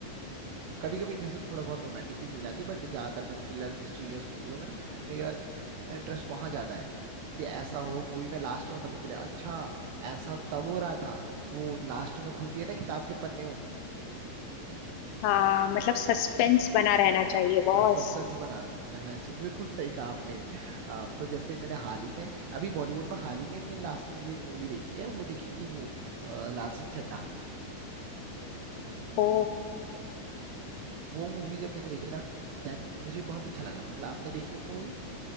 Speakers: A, on the right (about 75°); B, on the left (about 80°).
A: कभी कभी जैसे थोड़ा बहुत रोमांटिक भी चल जाती है बट ज्यादातर मैं थ्रिलर मिस्टीरियस मूवियों में ना मेरा इंटरेस्ट वहां ज्यादा है कि ऐसा हो मूवी में लास्ट में पता चले अच्छा ऐसा तब हो रहा था वो लास्ट में खुलती है ना किताब के पन्ने
B: हाँ मतलब सस्पेंस बना रहना चाहिए बॉस
A: बस सस्पेंस बना रहना चाहिए बिल्कुल सही कहा आपने अ, तो जैसे मैंने हाल ही में अभी बॉलीवुड में हाल ही में इनमें लास्ट में जो एक मूवी देखी है वो देखी थी वो अ, लाल सिंह चड्ढा
B: ओ
A: वो मूवी जब मैंने देखी ना देन मुझे बहुत अच्छा लगा मतलब आपने देखी वो मूवी